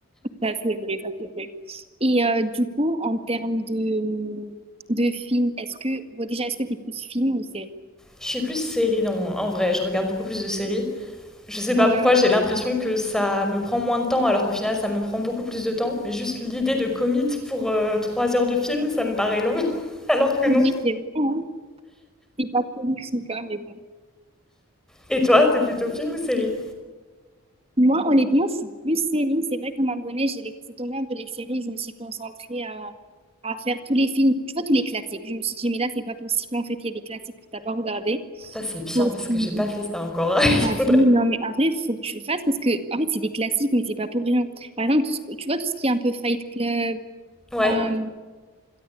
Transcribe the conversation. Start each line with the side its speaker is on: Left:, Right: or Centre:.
Right: Ça, c'est vrai, ça, c'est vrai. Et euh, du coup, en termes de, de films, est-ce que, bon, déjà, est-ce que t'es plus film ou série?
Centre: Je suis plus série dans- en vrai, je regarde beaucoup plus de séries. Je sais pas
Right: Ouais.
Centre: pourquoi, j'ai l'impression que ça me prend moins de temps, alors qu'au final, ça me prend beaucoup plus de temps. Mais juste l'idée de commit pour euh, 3 heures de film, ça me paraît long, <laughs> alors que
Right: Oui,
Centre: non.
Right: c'est vrai, hein. C'est pas trop luxique, hein, mais bon.
Centre: Et toi, t'es plutôt film ou série
Right: Moi, honnêtement, je suis plus série. C'est vrai qu'à un moment donné, j'ai laissé tomber un peu les séries. Je me suis concentrée à, à faire tous les films, tu vois, tous les classiques. Je me suis dit, mais là, c'est pas possible. En fait, il y a des classiques que t'as pas regardé.
Centre: Ça, c'est bien,
Right: Faut aussi-
Centre: parce que j'ai pas fait ça encore. <laughs> Il
Right: T'as
Centre: faudrait.
Right: vu, non, mais en vrai, faut que tu le fasses parce que, en fait, c'est des classiques, mais c'est pas pour rien. Par exemple, tout ce- tu vois, tout ce qui est un peu Fight Club,
Centre: Ouais.
Right: Euh,